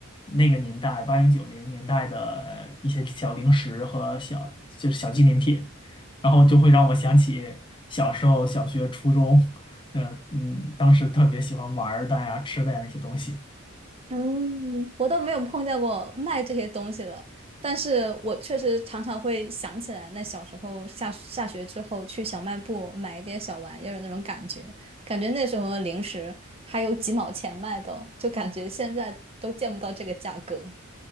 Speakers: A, on the left (about 25°); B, on the right (about 30°).
A: 那个年代八零九零年代的一些小零食和小就是小纪念品，然后就会让我想起小时候小学、初中，呃，嗯，当时特别喜欢玩儿的呀、吃的呀那些东西。
B: 嗯，我倒没有碰见过卖这些东西的，但是我确实常常会想起来，那小时候下下学之后去小卖部买一点小玩意儿的那种感觉，感觉那时候的零食还有几毛钱卖的，就感觉现在都见不到这个价格。